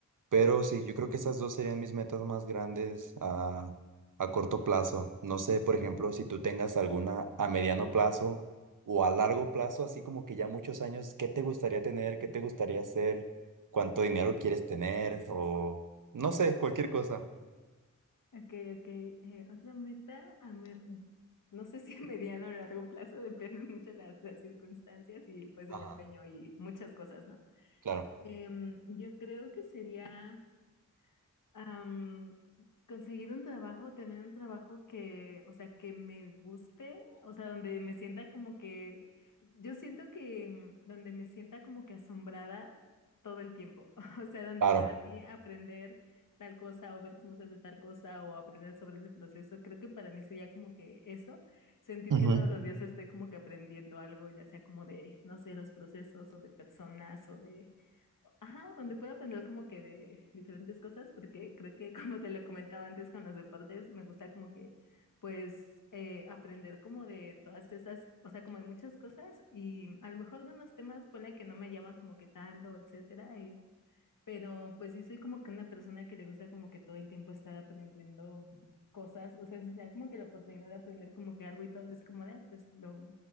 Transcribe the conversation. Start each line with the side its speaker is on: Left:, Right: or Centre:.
Right: Pero sí, yo creo que esas dos serían mis metas más grandes a, a corto plazo. No sé, por ejemplo, si tú tengas alguna a mediano plazo o a largo plazo, así como que ya muchos años, ¿qué te gustaría tener? ¿Qué te gustaría hacer? ¿Cuánto dinero quieres tener? O no sé, cualquier cosa.
Left: Ok, ok. Eh, otra meta, a me- no sé si a mediano o largo plazo, <laughs> dependen mucho las, las circunstancias y pues
Right: Ajá,
Left: el empeño y muchas cosas, ¿no?
Right: claro.
Left: Em, yo creo que sería am, conseguir un trabajo, tener un trabajo que, o sea, que me guste, o sea, donde me sienta como que, yo siento que mm, donde me sienta como que asombrada todo el tiempo, <laughs> o sea, donde
Right: Claro,
Left: para mí aprender tal cosa o ver cómo se hace tal cosa o aprender sobre ese proceso, creo que para mí sería como que eso, sentir
Right: Ujú.
Left: que todos los días estoy como que aprendiendo algo, ya sea como de, no sé, los procesos o de personas o de Ajá, o donde puedo aprender como que de diferentes cosas, porque creo que <laughs> como te lo comentaba antes con los deportes, me gusta como que pues eh, aprender como de todas esas, o sea, como de muchas cosas y a lo mejor de unos temas, ponle que no me llaman como que tanto, etcétera, eh, pero pues sí soy como que una persona que le gusta como que todo el tiempo estar aprendiendo cosas, o sea, si sea como que la oportunidad de aprender como que algo y todo es como de, ah, pues lo,